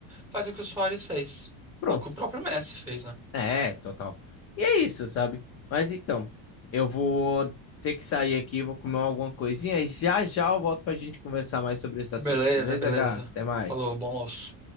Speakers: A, in the centre; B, on the left.
A: Faz o que o Suárez fez.
B: Pronto.
A: O que o próprio Messi fez, né?
B: É, total. E é isso, sabe? Mas então, eu vou ter que sair aqui, vou comer alguma coisinha e já já eu volto pra gente conversar mais sobre esse
A: Beleza,
B: assunto. Beleza,
A: beleza.
B: Gá? Até mais.
A: Falou, bom almoço.